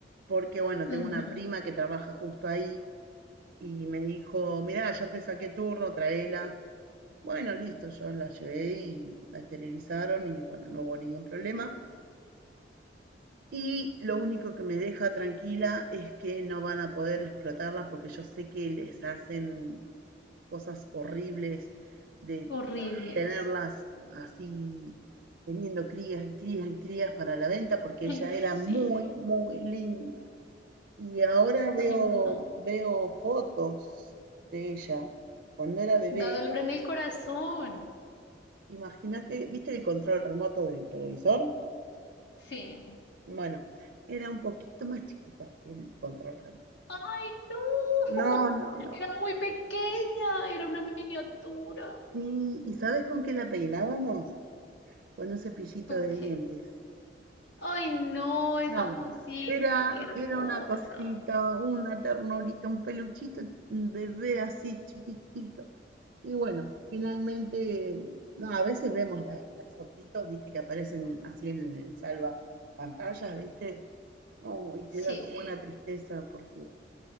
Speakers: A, on the right (about 70°); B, on the left (about 65°).
A: porque bueno,
B: Ujú.
A: tengo una prima que trabaja justo ahí y me dijo, mirá, ya te saqué turno, traela. Bueno, listo, yo la llevé y la esterilizaron y bueno, no hubo ningún problema. Y lo único que me deja tranquila es que no van a poder explotarlas porque yo sé que les hacen cosas horribles de
B: Horribles.
A: tenerlas así, teniendo crías y crías y crías para la venta, porque ella
B: Ay, sí.
A: era muy, muy linda. Y ahora veo,
B: Ay, no.
A: veo fotos de ella cuando era bebé.
B: Da dolor en el corazón.
A: Imagínate, ¿viste el control remoto del televisor?
B: Sí.
A: Bueno, era un poquito más chiquita que el control remoto.
B: ¡Ay, no!
A: No, no,
B: <laughs>
A: no.
B: Era muy pequeña, era una miniatura.
A: Sí, ¿y sabes con qué la peinábamos? Con un cepillito
B: ¿Con
A: de
B: qué?
A: dientes.
B: ¡Ay, no! Esa
A: No, no,
B: cosita,
A: era,
B: qué hermosa.
A: era una cosita, una ternurita, un peluchito, un bebé así chiquitito. Y bueno, finalmente, no, a veces vemos la- las fotitos, viste, que aparecen así en el salva pantallas, viste, no, y te
B: Sí,
A: da como una tristeza porque